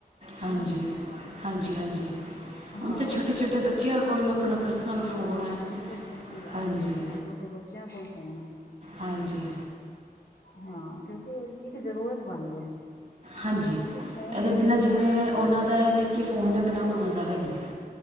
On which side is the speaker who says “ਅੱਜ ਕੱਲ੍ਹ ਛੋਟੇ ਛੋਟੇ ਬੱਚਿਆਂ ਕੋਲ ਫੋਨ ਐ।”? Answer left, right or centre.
Left